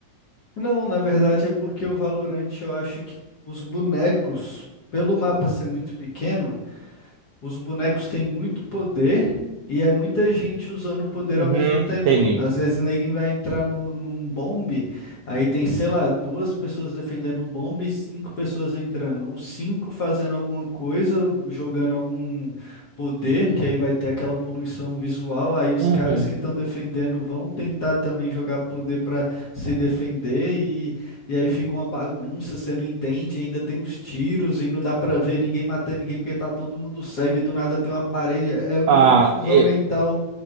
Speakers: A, on the left; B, on the right.
A: Não, na verdade é porque o Valorant eu acho que os bonecos, pelo mapa ser muito pequeno. Os bonecos têm muito poder e é muita gente usando o poder
B: Uhum,
A: ao mesmo tempo.
B: entendi.
A: Às vezes ninguém vai entrar no, num bombe, aí tem, sei lá, duas pessoas defendendo o bombe e cinco pessoas entrando. Os cinco fazendo alguma coisa, jogando algum poder, que aí vai ter aquela poluição visual. Aí os
B: Uhum.
A: caras que estão defendendo vão tentar também jogar poder para se defender e e aí fica uma bagunça, você não entende, ainda tem uns tiros e não dá pra ver ninguém matando ninguém porque tá todo mundo cego e do nada tem uma parede. É uma
B: Ah,
A: confusão
B: é,
A: mental